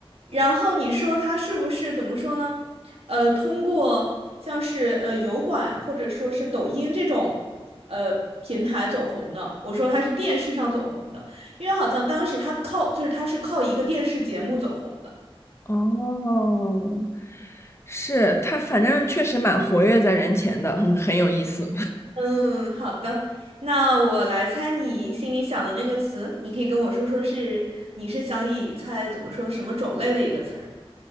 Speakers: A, on the right (about 75°); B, on the left (about 25°).
A: 然后你说他是不是怎么说呢？呃，通过像是呃油管或者说是抖音这种呃平台走红的，我说他是电视上走红的，因为好像当时他靠就是他是靠一个电视节目走红的。
B: <laughs> 哦，是他，反正确实蛮活跃在人前的，很很有意思。
A: 嗯，好的，那我来猜你心里想的那个词，你可以跟我说说是你是想以猜怎么说什么种类的一个词儿，